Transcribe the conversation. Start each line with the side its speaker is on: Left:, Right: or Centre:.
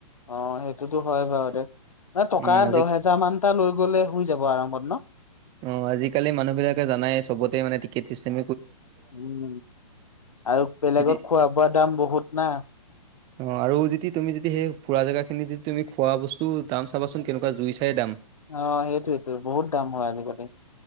Left: অ সেইটোতো হয় বাৰু দে মই টকা
Right: উম আজি
Left: দহ হেজাৰ মানটা লৈ গ'লে হৈ যাব আৰামত ন
Right: অ আজিকালি মানুহবিলাকে জানাই চবতে মানে টিকেট চিষ্টেম
Left: উম আৰু বেলেগত
Right: যদি
Left: খোৱা -বোৱাৰ দাম বহুত না?
Right: অ আৰু যদি তুমি যদি সেই ফুৰা জেগা নিজেই যে তুমি খোৱা বস্তু দাম চাবাচোন কেনেকুৱা জুই চাই দাম
Left: অ সেইটোয়েটো বহুত দাম হয় আজিকালি।